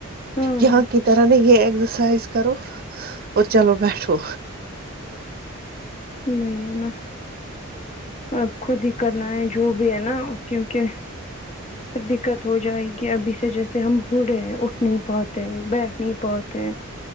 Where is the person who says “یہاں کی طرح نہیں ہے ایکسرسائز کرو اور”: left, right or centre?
Right